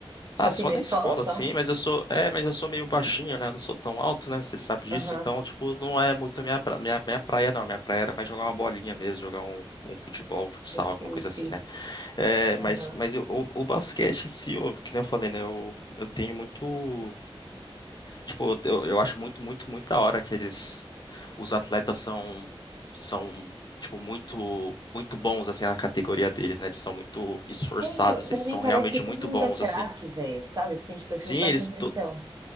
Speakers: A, on the right (about 40°); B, on the left (about 50°).
A: Tipo
B: ah,
A: assim,
B: só
A: na
B: na
A: escola
B: escola,
A: só?
B: sim, mas eu sou, é, mas eu sou meio baixinho, né? Eu não sou tão alto, né? Você sabe disso,
A: Aham.
B: então, tipo, não é muito minha, pra- minha, minha praia, não. Minha praia era mais jogar uma bolinha mesmo, jogar um, um futebol, um futsal,
A: Um fute.
B: alguma coisa assim, né? É, mas,
A: Aham.
B: mas o, o o basquete em si, eu, que nem eu falei, né? Eu, eu tenho muito, tipo, eu, eu acho muito, muito, muito da hora que eles, os atletas são, são tipo, muito, muito bons, assim, na categoria deles, né? Eles são muito esforçados,
A: É, então, pra
B: eles são
A: mim parece
B: realmente
A: que todo
B: muito
A: mundo
B: bons,
A: é craque,
B: assim.
A: velho, sabe? Assim, tipo, eu
B: Sim,
A: fico com essa
B: eles.
A: impressão.